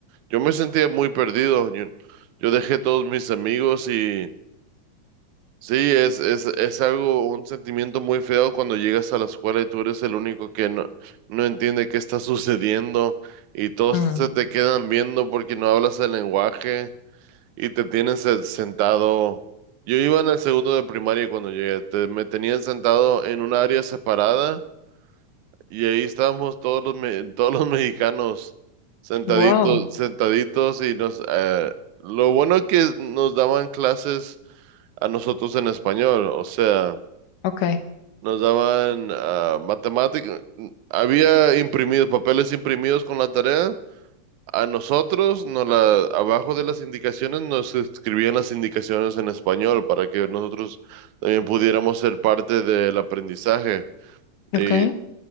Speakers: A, on the right; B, on the left.
A: Yo me sentía muy perdido. Yo, yo dejé todos mis amigos y sí, es, es, es algo, un sentimiento muy feo cuando llegas a la escuela y tú eres el único que no, no entiende qué está sucediendo y todos
B: ujú.
A: se te quedan viendo porque no hablas el lenguaje. Y te tienen se- sentado. Yo iba en el segundo de primaria cuando llegué. Te- me tenían sentado en un área separada y ahí estábamos todos los, me- <laughs> todos los mexicanos sentaditos,
B: Wow,
A: sentaditos y nos... eh, lo bueno es que nos daban clases a nosotros en español, o sea,
B: ok.
A: nos daban matemáticas, había imprimidos, papeles imprimidos con la tarea. A nosotros, no la, abajo de las indicaciones nos escribían las indicaciones en español para que nosotros también pudiéramos ser parte del aprendizaje. Y
B: Ok,